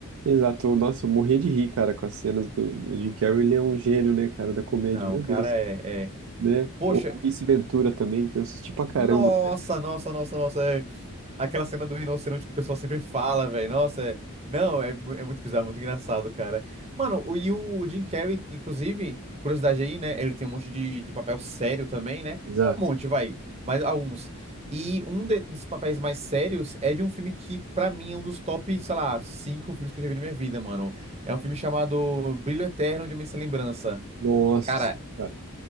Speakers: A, on the right; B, on the right.
A: Exato, nossa, eu morria de rir, cara, com as cenas do, do Jim Carrey. Ele é um gênio, né, cara, da comédia,
B: Não,
A: meu
B: o cara
A: Deus,
B: é, é...
A: né?
B: Poxa,
A: O Ace Ventura também, que eu assisti pra caramba.
B: nossa,
A: né?
B: nossa, nossa, nossa. é, Aquela cena do rinoceronte que o pessoal sempre fala, velho. Nossa, é... Não, é, mu- é muito bizarro, muito engraçado, cara. Mano, o, e o Jim Carrey, inclusive, curiosidade aí, né? Ele tem um monte de, de papel sério também, né?
A: Exato.
B: Um monte, vai, mas alguns. E um de- desses papéis mais sérios é de um filme que, pra mim, é um dos top, sei lá, cinco filmes que eu já vi na minha vida, mano. É um filme chamado Brilho Eterno de uma Sem Lembrança.
A: Nossa,
B: Cara,
A: sim, cara.